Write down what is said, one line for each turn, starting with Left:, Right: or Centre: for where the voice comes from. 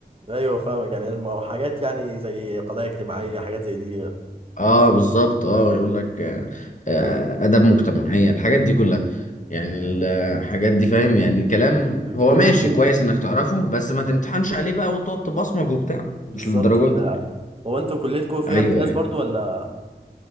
Right: ايوه فاهمك يعني الم- حاجات يعني زي قضايا اجتماعيه حاجات زي دي
Left: اه بالظبط اه يقول لك آه، آه، اداب مجتمعيه الحاجات دي كلها يعني الحاجات دي فاهم يعني كلام
Right: بتكون
Left: هو ماشي
Right: بتكون
Left: كويس انك تعرفه بس ما تمتحنش عليه بقى وتقعد تبصمج وبتاع
Right: بالظبط
Left: مش للدرجه
Right: كده
Left: دي
Right: يعني. هو انتوا كليتكم فيها
Left: ايوه
Right: امتياز
Left: ايوه
Right: برضو ولا